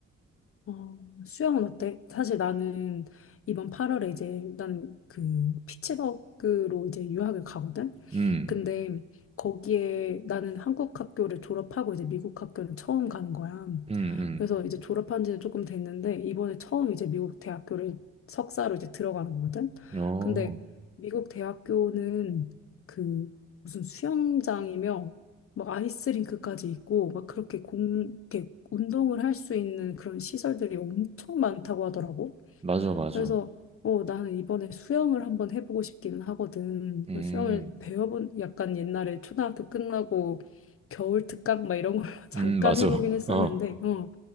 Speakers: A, on the left; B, on the right.
A: 어, 수영은 어때? 사실 나는 이번 8월에 이제 나는 그 피츠버그로 이제 유학을 가거든?
B: 음,
A: 근데 거기에 나는 한국 학교를 졸업하고 이제 미국 학교는 처음 가는 거야.
B: 음,
A: 그래서 이제 졸업한 지는 조금 됐는데 이번에 처음 이제 미국 대학교를 석사로 이제 들어가는 거거든.
B: 음. 어,
A: 근데 미국 대학교는 그 무슨 수영장이며 막 아이스링크까지 있고 막 그렇게 공 이렇게 운동을 할 수 있는 그런 시설들이 엄청 많다고 하더라고.
B: 맞아, 맞아.
A: 그래서 어 나는 이번에 수영을 한번 해보고 싶기는 하거든.
B: 음,
A: 수영을 배워본 약간 옛날에 초등학교 끝나고 겨울 특강 막 이런 걸 <laughs> 잠깐
B: 음, 맞아.
A: 해보긴
B: <laughs>
A: 했었는데
B: 어.
A: 어,